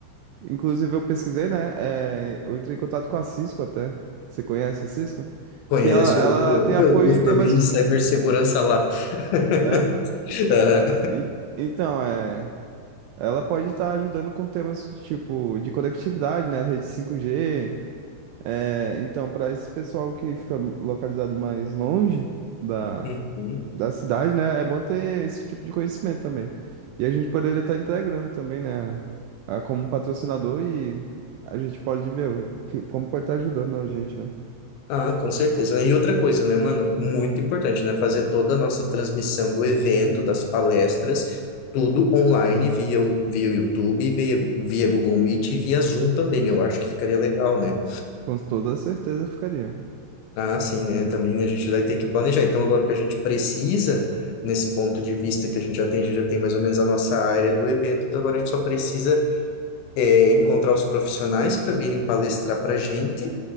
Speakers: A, on the right; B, on the left.
A: Inclusive, eu pesquisei, né? É, eu entrei em contato com a Cisco até. Você conhece a Cisco?
B: Conheço,
A: Que ela, ela
B: eu,
A: tem apoio
B: eu, eu me
A: em
B: formei
A: temas.
B: em cibersegurança lá. <laughs>
A: É.
B: Ah,
A: En- Então, é. Ela pode estar ajudando com temas de tipo de conectividade, né? Rede 5G. É, então, para esse pessoal que fica localizado mais longe da,
B: Uhum.
A: da cidade, né? É bom ter esse tipo de conhecimento também. E a gente poderia estar integrando também, né? a- como patrocinador e a gente pode ver o que, como pode estar ajudando a gente, né?
B: Ah, com certeza. E outra coisa, né, mano? Muito importante, né? Fazer toda a nossa transmissão do evento, das palestras, tudo online, via, o- via o YouTube, via, via Google Meet e via Zoom também. Eu acho que ficaria legal, né?
A: Com toda certeza ficaria.
B: Ah, sim, né? Também a gente vai ter que planejar. Então, agora o que a gente precisa, nesse ponto de vista que a gente já tem, a gente já tem mais ou menos a nossa área do evento, então agora a gente só precisa é, encontrar os profissionais para virem palestrar para a gente